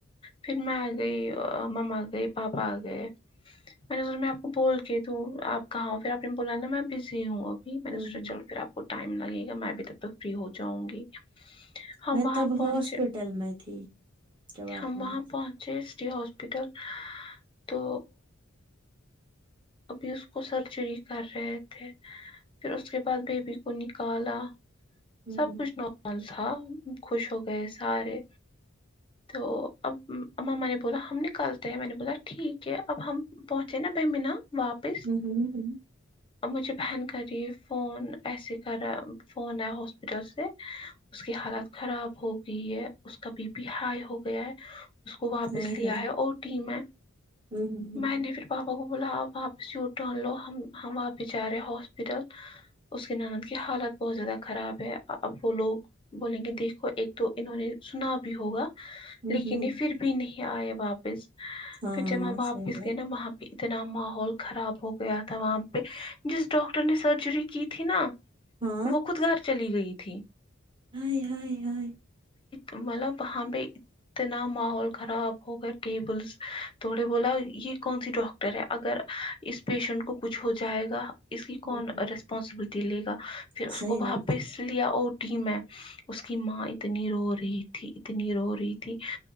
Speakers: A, on the left; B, on the right.
A: پھر میں آ گئی مما آ گئی پاپا آ گئے میں نے میں آپ کو بول کے دوں آپ کہاں ہو پھر آپ نے بولا نا میں بزی ہوں اب جی میں
B: ہوں
A: نے سوچا
B: ہوں
A: چل پھر آپ کو ٹائم لگے گا میں اب تب تک فری ہو جاؤں گی ہم
B: میں
A: وہاں
B: تب
A: پہنچے
B: ہاسپٹل میں تھی جب آپ
A: ہم
B: نے
A: وہاں
B: ہوں
A: پہنچ ہاسپٹل تو ابھی اس کو سرجری کر رہے تھے پھر اس کے بعد بیبی کو نکالا سب
B: ہوں
A: کچھ نومل تھا خوش ہو گئے سارے تو اب اماماں نے بولا ہم نکالتے ہیں میں نے بولا ٹھیک ہے اب ہم پہنچے نا بمینہ واپس
B: ہ ہ ہ
A: مجھے بہن کری فون ایسے کرا فون آیا ہاسپٹل سے اس کی حالت خراب ہو گئی ہے اس کا بی پی ہائی ہو گیا ہے اس کو واپس
B: ہائے
A: لیا
B: ہائے
A: ہے اور ٹیم ہے
B: ہوں ہوں
A: میں نے پھر پاپا کو بولا اب واپس ی ٹن لو ہم ہم واپس جا رہے ہاسپٹل اس کی ناند کی حالت بہت زیادہ خراب ہے اب وہ لوگ بولیں گے دیکھو ایک تو انہوں نے سنا بھی ہوگا
B: ہوں
A: لیکن
B: ہوں ہوں
A: یہ پھر بھی نہیں آئے واپس
B: ہاں
A: پھر جب ہم واپس
B: صحیح بات
A: گئے نا وہاں پہ اتنا ماحول خراب ہو گیا تھا وہاں پہ جس ڈاکٹر نے سرجری کی تھی نا
B: ہاں
A: وہ خود گھر چلی گئی تھی
B: ہا ۓ ہا ۓ
A: مطلب وہاں پہ تو نہ ماحول خراب ہو گئے کیبلس تھوڑے بولا یہ کون سی ڈاکر ٹر ہے اگر اس پیشنٹ کو کچھ ہو جائے گا اس کی
B: ہوں
A: کون ریسپانسبلٹی لے گا پھر اس
B: صحیح
A: کو واپس
B: میں
A: لیا او ٹی میں اس کی ماں اتنی رو رہی تھی اتنی رو رہی تھی